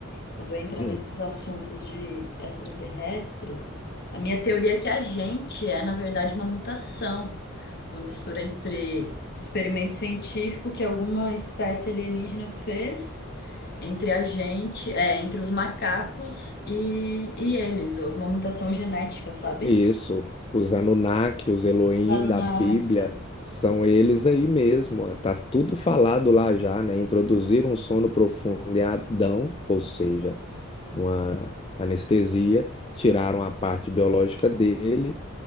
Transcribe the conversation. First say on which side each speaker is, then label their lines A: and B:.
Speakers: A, on the left; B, on the left.
A: quando entra
B: Hum,
A: nesses assuntos de extraterrestre, a minha teoria é que a gente é, na verdade, uma mutação, uma mistura entre experimento científico que alguma espécie alienígena fez entre a gente, é, entre os macacos e, e eles, alguma mutação genética, sabe?
B: Isso, os Anunnaki, os Elohim
A: Anunnaki.
B: da Bíblia, são eles aí mesmo. ó. Tá tudo falado lá já, né? Introduziram um sono profundo em Adão, ou seja, uma anestesia, tiraram a parte biológica dele